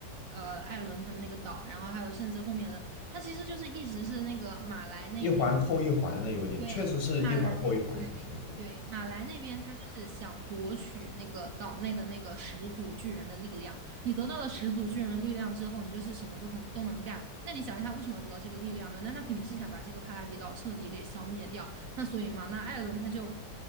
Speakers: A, on the right; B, on the left.
A: 呃艾伦他们那个岛，然后还有甚至后面的他其实就是一直是那个马来那边。
B: 一环扣一环的，有点，
A: 对，
B: 确实是一环扣一环的，
A: 马来，对
B: 没错。
A: 对，马来那边他就是想夺取那个岛内的那个始祖巨人的力量。你得到了始祖巨人的力量之后，你就是什么都能都能干。那你想一下，为什么要得到这个力量呢？那他肯定是想把这个帕拉迪岛彻底给消灭掉。那所以嘛，那艾伦他就